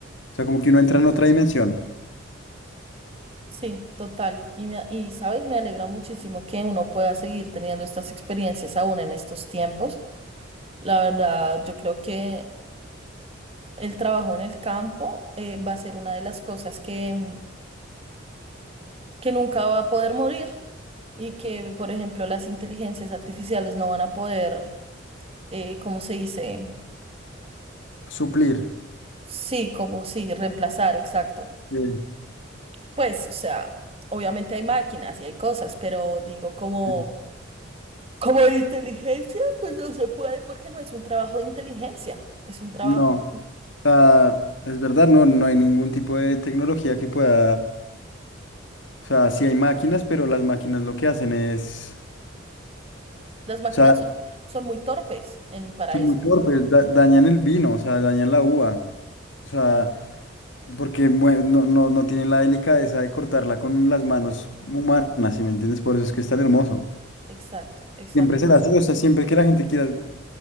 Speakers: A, on the left; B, on the right.
A: O sea, como que uno entra en otra dimensión.
B: Sí, total. Y, me a- y sabes, me alegra muchísimo que uno pueda seguir teniendo estas experiencias aún en estos tiempos. La verdad, yo creo que el trabajo en el campo eh, va a ser una de las cosas que, mm, que nunca va a poder morir y que, por ejemplo, las inteligencias artificiales no van a poder, eh, ¿cómo se dice?
A: Suplir.
B: Sí, como sí, reemplazar, exacto.
A: Sí,
B: Pues, o sea, obviamente hay máquinas y hay cosas, pero digo, como,
A: sí.
B: como de inteligencia, pues no se puede porque no es un trabajo de inteligencia, es un trabajo,
A: No, o sea, es verdad, no, no hay ningún tipo de tecnología que pueda, o sea, sí hay máquinas, pero las máquinas lo que hacen es,
B: las
A: o
B: máquinas
A: sea,
B: son, son muy torpes en, para
A: son
B: esto.
A: muy torpes, da- dañan el vino, o sea, dañan la uva. O sea, Porque mue- no, no, no tienen la delicadeza de cortarla con las manos humanas, si me entiendes? Por eso es que es tan hermoso.
B: Exacto, exacto.
A: Siempre será así, o sea, siempre que la gente quiera,